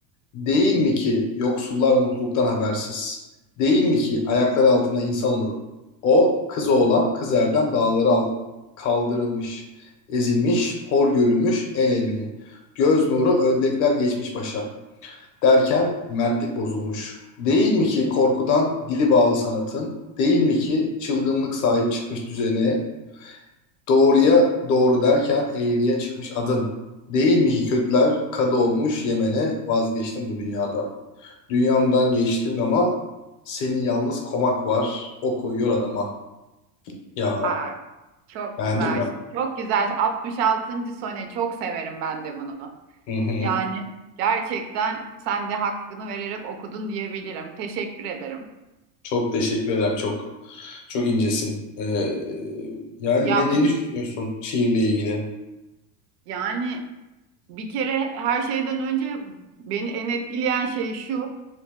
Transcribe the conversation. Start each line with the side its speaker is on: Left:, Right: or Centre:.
Left: Değil mi ki yoksullar mutluluktan habersiz? Değil mi ki ayakları altında insan nuru? O, kız oğlan, kız erdem dağlara al- kaldırılmış, ezilmiş, hor görülmüş el emeği. Göz nuru ödlekler geçmiş başa derken mertlik bozulmuş. Değil mi ki korkudan dili bağlı sanatın, değil mi ki çılgınlık sahip çıkmış düzene, doğruya doğru derken eğriye çıkmış adın. Değil mi ki kötüler kadı olmuş Yemen'e vazgeçtim bu dünyadan. Dünyamdan geçtim ama senin yalnız komak var, o koyuyor adama. Ya
Right: Aa, çok
Left: beğendin
Right: güzel.
Left: mi?
Right: Çok güzel. 66. sone çok severim ben de bunu.
Left: Hı hı.
Right: Yani gerçekten sen de hakkını vererek okudun diyebilirim. Teşekkür ederim.
Left: Çok teşekkür ederim, çok. Çok incesin. Ee, yani
Right: Ya
Left: ne, ne
Right: bu
Left: düşünüyorsun şiirle ilgili?
Right: yani Bir kere her şeyden önce beni en etkileyen şey şu.